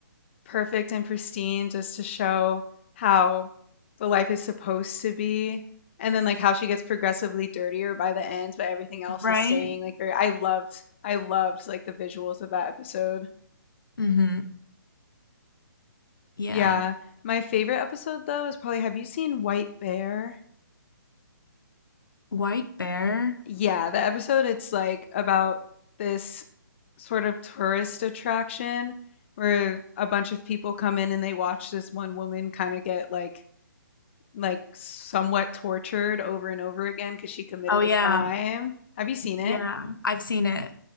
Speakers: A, on the left (about 35°); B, on the left (about 75°).
A: perfect and pristine just to show how the life is supposed to be and then like how she gets progressively dirtier by the end but everything else
B: right?
A: is staying like very I loved I loved like the visuals of that episode.
B: Mm-hmm. Yeah.
A: Yeah. My favorite episode though is probably have you seen White Bear?
B: White Bear.
A: Yeah, the episode it's like about this sort of tourist attraction where a bunch of people come in and they watch this one woman kind of get like like somewhat tortured over and over again because she committed
B: Oh yeah.
A: a crime. Have you seen it?
B: Yeah. I've seen it.